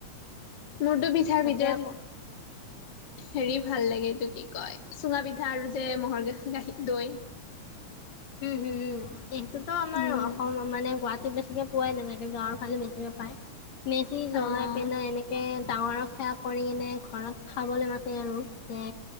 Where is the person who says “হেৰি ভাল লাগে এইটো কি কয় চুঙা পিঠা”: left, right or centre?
Left